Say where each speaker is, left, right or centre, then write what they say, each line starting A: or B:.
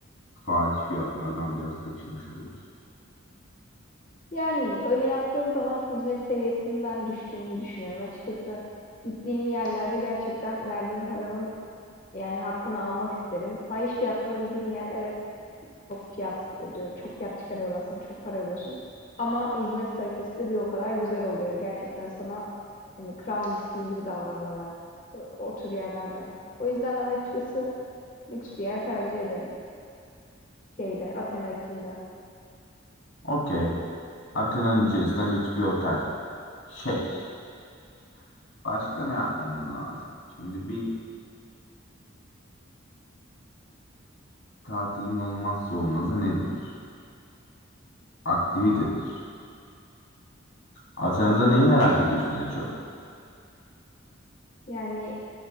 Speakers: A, on the left; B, on the left.
A: fahiş fiyatlardan biraz kaçınmış oluyoruz.
B: Yani öyle yaptığın zaman hizmet seviyesinin ben düştüğünü düşünüyorum. Açıkçası gittiğim yerlerde gerçekten verdiğim paranın yani hakkını almak isterim. Fahiş fiyatla ödediğin yer evet Çok fiyat ödüyor, çok fiyat çıkarıyorlar sana, çok para ödüyorsun. Ama hizmet kalitesi de bir o kadar güzel oluyor. Gerçekten sana hani kralmışsın gibi davranıyorlar o o tür yerlerde. O yüzden ben açıkçası lüks bir yer tercih ederim. Şeyde, Athena içinde.
A: Okey. Atina'nın içerisinde lüks bir otel. Çek. <laughs> Başka ne yapmamız lazım? Şimdi bir tatilin olmazsa olmazı nedir? Aktivitedir. Atana'da neyi merak ediyorsun en çok?
B: Yani